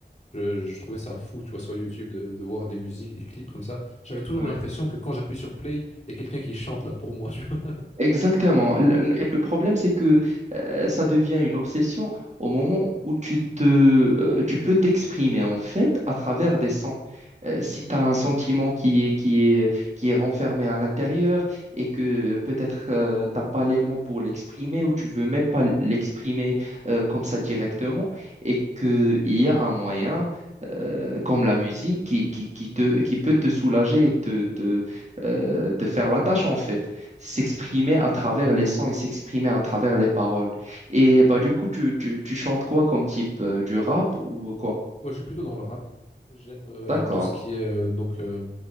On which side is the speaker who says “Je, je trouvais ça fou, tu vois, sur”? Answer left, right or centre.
Left